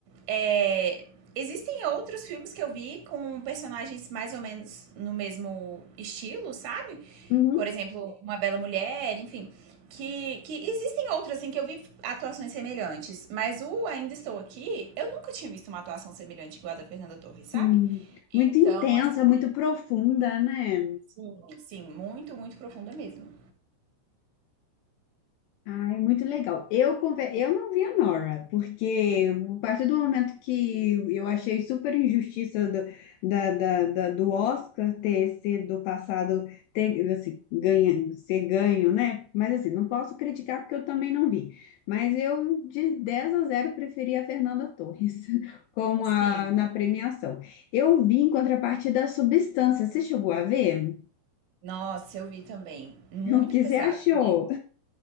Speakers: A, on the right; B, on the left.
A: É... Existem outros filmes que eu vi com personagens mais ou menos no mesmo estilo, sabe?
B: Uhum.
A: Por exemplo, Uma Bela Mulher, enfim. Que, que existem outros, assim, que eu vi atuações semelhantes. Mas o Ainda Estou Aqui, eu nunca tinha visto uma atuação semelhante igual a da Fernanda Torres, sabe?
B: Sim. Muito intensa,
A: Então, assim,
B: muito profunda, né?
A: sim, sim muito, muito profunda mesmo.
B: Ai, muito legal. Eu, conver- eu não vi a Nora, porque a partir do momento que eu achei super injustiça do, da, da, da- do Oscar ter sido passado, ter, assim, ganha, ser ganho, né? Mas assim, não posso criticar porque eu também não vi. Mas eu, de 10 a zero preferi a Fernanda Torres <laughs> como
A: Assim,
B: a, na premiação. Eu vi em contrapartida a Substância. Você chegou a ver? <laughs>
A: Nossa, eu vi também. Muito
B: O que
A: pesado,
B: você achou?
A: né?